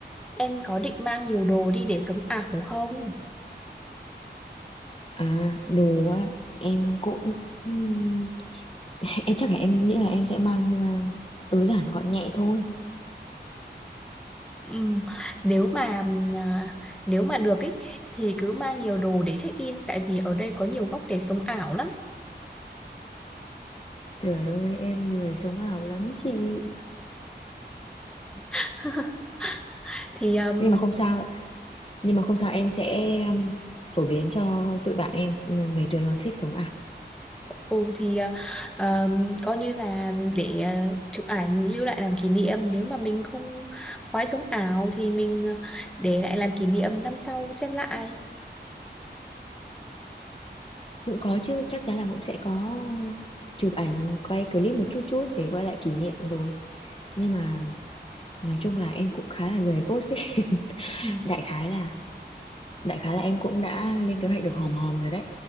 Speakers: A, in the centre; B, on the left.
A: em có định mang nhiều đồ đi để sống ảo không
B: À, đồ á, em cũng ừm, <laughs> em chắc là em nghĩ là em sẽ mang à, tối giản gọn nhẹ thôi.
A: Ừ. Nếu mà à, nếu mà được ý, thì cứ mang nhiều đồ để check in tại vì ở đây có nhiều góc để sống ảo lắm
B: Trời ơi, em lười sống ảo lắm chị.
A: <laughs> thì um,
B: Nhưng mà không sao, nhưng mà không sao em sẽ um, phổ biến cho tụi bạn em mấy đứa nó thích sống ảo.
A: ừ, thì à, um, coi như là để à, chụp ảnh lưu lại làm kỷ niệm nếu mà mình không khoái sống ảo thì mình à, để lại làm kỷ niệm năm sau xem lại
B: Cũng có chứ, chắc chắn là cũng sẽ có chụp ảnh, quay clip một chút chút để quay lại kỷ niệm rồi. Nhưng mà nói chung là em cũng khá là lười post ấy. <laughs>
A: Ừ.
B: Đại khái là đại khái là em cũng đã lên kế hoạch được hòm hòm rồi đấy